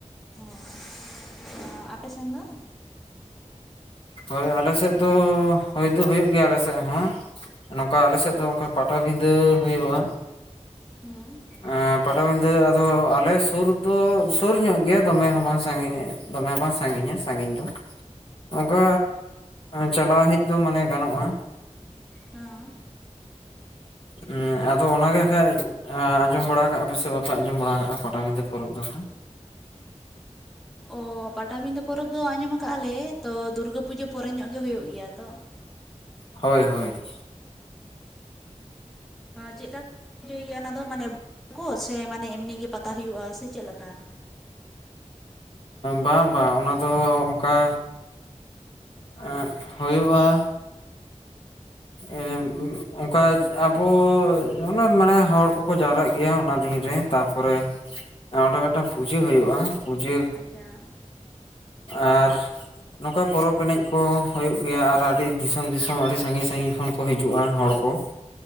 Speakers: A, in the centre; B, on the left.
A: ᱦᱚᱸ ᱟᱯᱮ ᱥᱮᱱ ᱫᱚ?
B: ᱦᱚᱭ ᱟᱞᱮ ᱥᱮᱫ ᱫᱚ ᱦᱳᱭ ᱫᱚ ᱦᱳᱭᱳᱜ ᱜᱮᱭᱟ ᱟᱞᱮ ᱥᱮᱫ ᱦᱚᱸ᱾ ᱱᱚᱝᱠᱟ ᱟᱞᱮ ᱥᱮᱫ ᱫᱚ ᱚᱱᱠᱟ ᱯᱟᱴᱟᱵᱤᱸᱫᱟᱹ ᱦᱳᱭᱳᱜ-ᱟ᱾
A: ᱦᱮᱸ
B: ᱮᱸ ᱯᱟᱴᱟᱵᱤᱫᱟᱹ ᱟᱫᱚ ᱟᱞᱮ ᱥᱩᱨ ᱫᱚ ᱥᱩᱨ ᱧᱚᱜ ᱜᱮᱭᱟ ᱫᱚᱢᱮ ᱦᱚᱸ ᱵᱟᱝ ᱥᱟᱺᱜᱤᱧ ᱾ ᱫᱚᱢᱮ ᱵᱟᱝ ᱥᱟᱺᱜᱤᱧᱟ ᱥᱟᱺᱜᱤᱧ ᱫᱚ ᱾ ᱚᱝᱠᱟ ᱪᱟᱞᱟᱣ ᱦᱮᱡ ᱫᱚ ᱢᱟᱱᱮ ᱜᱟᱱᱚᱜᱼᱟ ᱾
A: ᱦᱚᱸ
B: ᱮᱸᱜ ᱟᱫᱚ ᱚᱱᱟ ᱜᱮ ᱠᱷᱟᱡ ᱟᱸᱡᱚᱢ ᱵᱟᱲᱟ ᱠᱟᱜᱼᱟ ᱯᱮ ᱥᱮ ᱵᱟᱯᱮ ᱟᱸᱡᱚᱢ ᱵᱟᱲᱟ ᱠᱟᱜᱼᱟ, ᱯᱟᱴᱟᱵᱤᱸᱫᱟᱹ ᱯᱚᱨᱚᱵᱽ ᱫᱚ ᱦᱟᱸᱜ?
A: ᱚ ᱯᱟᱴᱟᱵᱤᱸᱫᱷᱟᱹ ᱯᱚᱨᱚᱵᱽ ᱫᱚ ᱟᱸᱡᱚᱢ ᱟᱠᱟᱜ ᱟᱞᱮ ᱛᱚ ᱫᱩᱨᱜᱟᱹ ᱯᱩᱡᱟᱹ ᱯᱚᱨᱮ ᱧᱚᱜ ᱜᱮ ᱦᱩᱭᱩᱜ ᱜᱮᱭᱟ ᱛᱚ ᱾
B: ᱦᱳᱭ ᱦᱳᱭ ᱾
A: ᱪᱮᱫ ᱠᱟ ᱪᱳᱭ ᱜᱮᱭᱟ ᱚᱱᱟ ᱫᱚ ᱢᱟᱱᱮ, <inaudible> ᱠᱚ ᱥᱮ ᱢᱟᱱᱮ ᱮᱢᱱᱤ ᱜᱮ ᱯᱟᱛᱟ ᱦᱩᱭᱩᱜᱼᱟ ᱥᱮ ᱪᱮᱫ ᱞᱮᱠᱟ?
B: ᱵᱟᱝ ᱵᱟᱝ ᱚᱱᱟ ᱫᱚ ᱚᱝᱠᱟ ᱮᱸᱜ ᱦᱳᱭᱳᱜᱼᱟ ᱾ ᱮ ᱚᱱᱠᱟ ᱟᱵᱚ ᱚᱱᱮ ᱢᱟᱱᱮ ᱦᱚᱲ ᱠᱚᱠᱚ ᱡᱟᱣᱨᱟᱜ ᱜᱮᱭᱟ ᱚᱱᱟ ᱫᱤᱱᱨᱮ ᱛᱟᱨᱯᱚᱨᱮ ᱚᱸᱰᱮ ᱢᱤᱫᱴᱟᱝ ᱯᱩᱡᱟᱹ ᱦᱳᱭᱳᱜ-ᱟ ᱯᱩᱡᱟᱹ
A: ᱟᱪᱪᱷᱟ ᱾
B: ᱟᱨ ᱱᱚᱝᱠᱟ ᱯᱚᱨᱚᱵᱽ ᱮᱱᱮᱡ ᱠᱚ ᱦᱩᱭᱩᱜ ᱜᱮᱭᱟ, ᱟᱨ ᱟᱰᱤ ᱫᱤᱥᱚᱢ ᱫᱤᱥᱚᱢ ᱟᱰᱤ ᱥᱟᱺᱜᱤᱧ ᱥᱟᱺᱜᱤᱧ ᱠᱷᱚᱱ ᱠᱚ ᱦᱤᱡᱩᱜᱼᱟ ᱦᱚᱲ ᱠᱚ ᱾ <unintelligible>